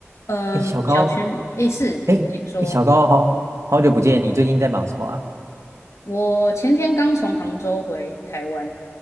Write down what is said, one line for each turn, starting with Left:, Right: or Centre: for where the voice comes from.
Left: 嗯，
Right: 哎，小高，
Left: 小群，诶，是，
Right: 哎，
Left: 请说。
Right: 哎，小高，好好久不见，你最近在忙什么啊？
Left: 我前天刚从杭州回台湾，